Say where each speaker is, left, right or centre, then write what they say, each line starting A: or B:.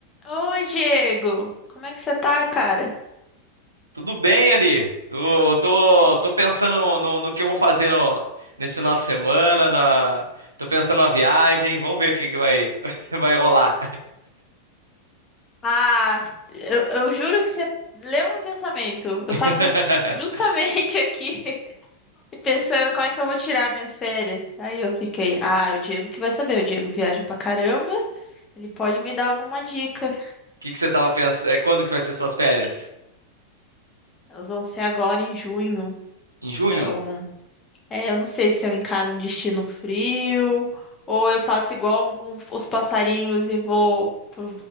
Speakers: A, on the left; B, on the right.
A: Oi, Diego. Como é que você tá, cara?
B: Tudo bem, Ari? Tô, tô, tô pensando no, no que eu vou fazer no- nesse final de semana. Na, tô pensando na viagem. Vamos ver o que, que vai, <laughs> vai rolar.
A: Ah, eu, eu juro que você leu meu pensamento. Eu
B: <laughs>
A: tava justamente <laughs> aqui pensando como é que eu vou tirar minhas férias. Aí eu fiquei, ah, o Diego que vai saber. O Diego viaja pra caramba. Ele pode me dar alguma dica.
B: O que, que você tava pensando? Quando que vai ser suas férias?
A: Elas vão ser agora em junho.
B: Em junho?
A: Então, é, eu não sei se eu encaro um destino frio ou eu faço igual um- um- os passarinhos e vou pro,